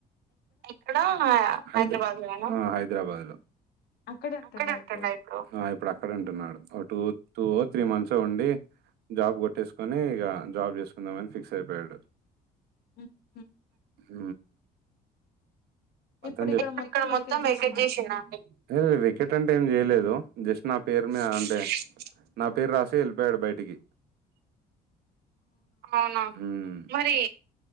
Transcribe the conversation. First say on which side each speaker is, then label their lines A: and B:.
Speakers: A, on the right; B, on the left.
A: ఎక్కడ హ హైదరాబాద్ లోన హా హై హైదరాబాద్ లో
B: అక్కడే ఉంటుండా
A: ఆ
B: ఇప్పుడు
A: ఇప్ ఇప్పుడు అక్కడ ఉంటున్నాడు ఒక టూ టూ ఒ త్రీ మంత్స్ ఉండి జాబ్ కొట్టేసుకొని ఇక జాబ్ చేసుకుందామని ఫిక్స్ అయిపోయిండు.
B: ఉ ఉ
A: ఊ అతన్
B: ఇప్పుడు
A: జెప్ ఇపుడు ఇక్కడ
B: వేకెట్
A: మొత్తం
B: చేసిండండి
A: వెకేట్ జేషిండా అండి లేద్ లే వెకేట్ అంటే ఏం జేయలేదు. లో జస్ట్ నా పేరుమే అంటే నా పేరు రాసే వెళ్ళిపోయాడు బయటికి అవునా మరి